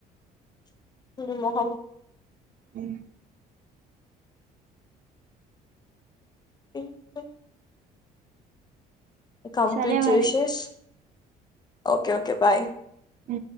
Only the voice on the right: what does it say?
ఉ
సరే
మరి
ఉ